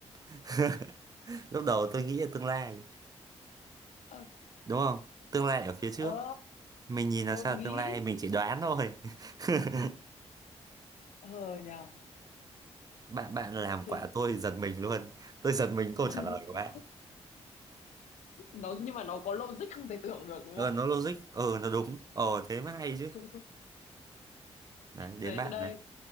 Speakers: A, on the right (about 30°); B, on the left (about 80°).
A: <laughs> Lúc đầu tôi nghĩ là tương lai,
B: ờ
A: đúng không? Tương lai ở phía trước.
B: ờ,
A: Mình nhìn là
B: hợp
A: sao
B: lý
A: tương lai, mình chỉ đoán thôi. <laughs>
B: ờ nhờ
A: Bạn bạn làm
B: thế
A: quả tôi giật mình luôn. Tôi giật mình câu
B: <laughs>
A: trả lời của bạn.
B: nó nhưng mà nó có logic không thể tưởng được đúng
A: Ờ,
B: không
A: nó logic, ờ, nó đúng. Ờ, thế mới hay
B: <laughs>
A: đấy đến
B: Đấy,
A: bạn
B: đây,
A: này